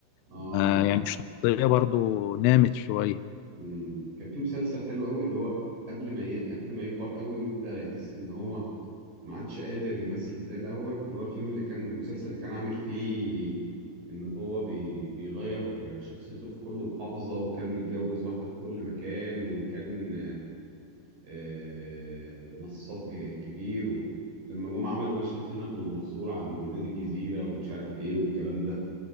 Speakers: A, on the right; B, on the left.
A: آه،
B: ما يعني الشخصية برضه نامت شوية
A: مم. كان في مسلسل حلو قوي اللي هو قبل ما ي... قبل ما يكبر قوي ويبدأ يحس ان هو ما عادش قادر يمثل زي الاول اللي هو الفيلم اللي كان المسلسل اللي كان عامل فيه ان هو بي... بيغير شخصيته في كل محافظة وكان متجوز واحدة في كل مكان وكان آه، نصاب ج- كبير ولما جم عملوا مشهد هنا في المنصورة عند نادي الجزيرة ومش عارف ايه والكلام ده